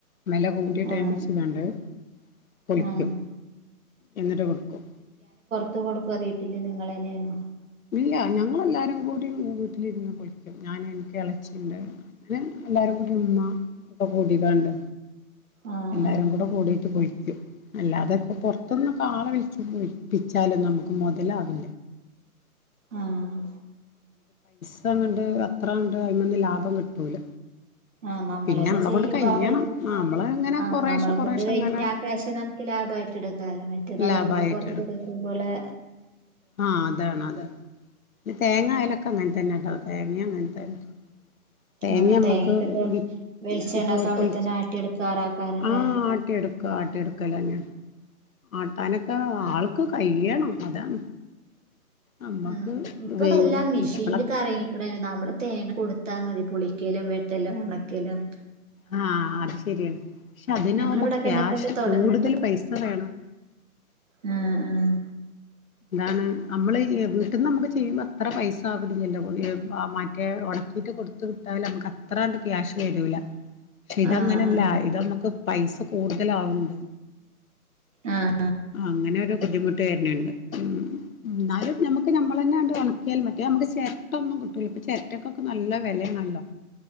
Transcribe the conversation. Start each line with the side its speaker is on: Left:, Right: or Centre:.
Left: വെല കൂടിയ ടൈം
Right: ആഹ്
Left: വച്ച് കാണ്ട് പൊളിക്കും
Right: ആഹ്
Left: എന്നിട്ട് കൊടുക്കും.
Right: ത്ത് കൊടുക്കൊ വീട്ടില് നിങ്ങള ന്നെ ഏണോ
Left: ഇല്ല ഞങ്ങളല്ല എല്ലാരും കൂടി വീട്ടിലിരുന്ന് പൊളിക്കും ഞാന് എനിക്ക് എളച്ചി ഇണ്ട്. <unintelligible> എല്ലാരുകൂടി <unintelligible> ഇപ്പോ കൂടിതാണ്ട്
Right: ആഹ്
Left: എല്ലാരും
Right: ആഹ്
Left: കൂടെ കൂടിട്ട് പോയി അല്ലാതൊക്കെ പുറത്തൊന്നും ആളെ വിലി വിപ്പിച്ചാലും നമുക്ക് മുതലാവില്ല
Right: ആഹ്
Left: അത്ര അങ്ങട് അത്ര അങ്ങട് അയ്മന്ന് ലാഭം കിട്ടൂല
Right: ആഹ് നമ്മളന്നെ
Left: പിന്നെ നമ്മളെ
Right: ചെയ്യുമ്പ
Left: കൊണ്ട് കഴിയണം
Right: ആ പൈ
Left: നമ്മള് ഇങ്ങനെ
Right: ആ
Left: കൊറേശെ
Right: നമ്മളെ
Left: കൊറേശെ
Right: കൊണ്ട് കഴിഞ്ഞ
Left: ഇങ്ങനെ
Right: ആ ക്യാഷ് നമുക്ക് ലാഭായിട്ട് എടു കാല മറ്റേത്
Left: ലാഭായിട്ട്
Right: അതും കൂടെ പുറ <unintelligible>
Left: എടുക്ക
Right: കൊടുക്കമ്പോലെ
Left: ആഹ് അതാണ് അതാണ് ഈ തേങ്ങായാലൊക്കെ അങ്ങനെ തന്നെ ട്ടോ തേങ്ങയാണ് തൻ തേങ്ങ
Right: ആഹ്
Left: നമ്മക്ക്
Right: തേങ്ങക്കൊക്കെ
Left: വിറ്റ്
Right: വെളിച്ചെണ്ണൊക്കെ അവിടെത്തന്നെ
Left: പൊൾച്ച്
Right: ആട്ടിയെടുക്കാറാക്കാരല്ലേ
Left: ആഹ് ആട്ടിയെടുക്ക ആട്ടിയെടുക്കല ഞാൻ ആ ട്ടാനൊക്കെ
Right: ആഹ്
Left: ആൾക്ക് കഴിയണം അതാണ് നമ്മക്ക്
Right: ആ ഇപ്പൊ
Left: വെയ്
Right: എല്ലാം മെഷീനിൽ
Left: ഇപ്പള
Right: കറങ്ങിക്ക്ട് ന്നെ ണ്ട് നമ്മള് തേങ്ങ കൊടു ത്താൽ മതി പൊളിക്കലും വെട്ടെലും ഉണക്കലും
Left: ആ അത് ശരിയാണ് പക്ഷെ അതിനാവുമ്പോ
Right: ഞങ്ങളവിടൊക്കെ
Left: ക്യാഷ്
Right: അങ്ങനത്തൊക്കെ തൊടങ്ങി
Left: കൂടുതൽ പൈസ വേണം.
Right: ആഹ്
Left: അതാണ് നമ്മള് ഈ വീട്ട്ന്ന് നമ്മുക്ക് ചെയ്യുമ്പോ അത്ര പൈസ ആവലില്ലല്ലോ ആ മറ്റേ ഉണക്കിയിട്ട് കൊടുത്തുവിട്ടാൽ നമ്മുക്ക് അത്രാണ്ട് ക്യാഷ് വരൂല. ക്ഷെ ഇതങ്ങനെല്ല
Right: ആഹ്
Left: ഇതമ്മക്ക് പൈസ കൂടുതലാവുണ്ട്.
Right: ആഹ് ആഹ്
Left: അങ്ങനെയല്ല ബുദ്ധിമു തെരണേയുണ്ട്. എന്നാലും നമുക്ക് നമ്മള്ളാന്നെണ്ട് ഉണക്കിയാൽ മറ്റെ നമുക്ക്. ചെരട്ടയെന്നും കി ഇപ്പം ചെരട്ടക്ക് ഒക്കെ നല്ല വിലയാണല്ലോ.